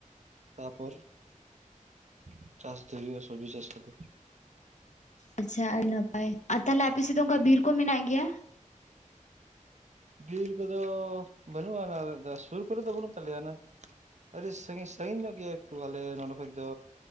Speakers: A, on the right (about 60°); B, on the left (about 60°).
A: ᱛᱟᱯᱚᱨ <inaudible> ᱪᱟᱥ ᱫᱚ ᱦᱩᱭᱩᱜᱼᱟ ᱥᱚᱵᱡᱤ ᱪᱟᱥ ᱠᱚᱫᱚ
B: ᱟᱪᱪᱷᱟ ᱟᱹᱰᱤ ᱱᱟᱯᱟᱭ ᱟᱨ ᱛᱟᱦᱞᱮ ᱟᱯᱮ ᱥᱮᱫ ᱫᱚ ᱚᱱᱠᱟ ᱵᱤᱨ ᱠᱚ ᱢᱮᱱᱟᱜ ᱜᱮᱭᱟ
A: ᱵᱤᱨ ᱠᱚᱫᱚ ᱵᱟᱹᱱᱩᱜ ᱟᱱᱟ <unintelligible> ᱥᱩᱨ ᱠᱚᱨᱮ ᱫᱚ ᱵᱟᱹᱱᱩᱜ ᱛᱟᱞᱮ ᱭᱟᱱᱟ ᱟᱹᱰᱤ ᱥᱟᱺᱜᱤᱧ ᱥᱟᱺᱜᱤᱧ ᱧᱚᱜ ᱜᱮᱭᱟ ᱮᱠᱴᱩ ᱟᱞᱮ ᱱᱚᱰᱮ ᱠᱷᱚᱡ ᱫᱚ